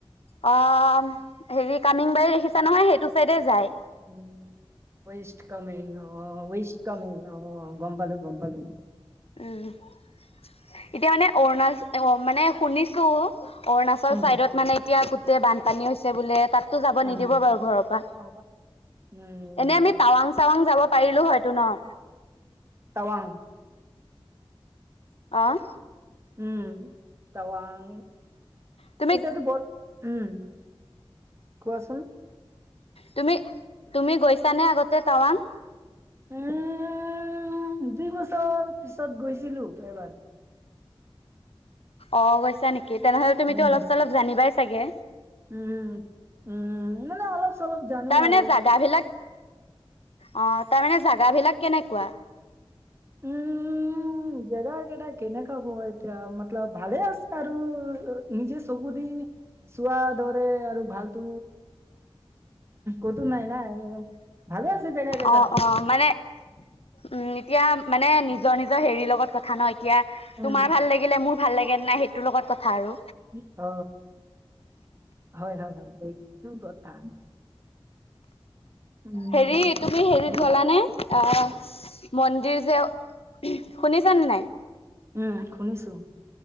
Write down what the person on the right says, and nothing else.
উ', ৱষ্ট কামেং অ, ৱষ্ট কামেং অ, গম পালো। গম পালো।
উম
উম উম
<unintelligible> উম
টাৱাং?
উম', টাৱাং
এতিয়টো বত উম', কোৱাচোন?
উম, দুই বছৰ পিছত গৈছিলো। এবাৰ
উম
উম', উম, মানে অলপ চলপ জানো
আৰু
উম', উম', জেগা কেইটা কেনেকা হ'ব এতিয়া মতলব ভালে আছে আৰু নিজে চকুদি চোৱা দৰে আৰু ভালতো ক'তো নাই না, ভালেই আছে। জেগা কেইটা
উম
অ', হয়। হয়। হয়। এইটো কথা। উম
সেইটো
উম', শুনিছো।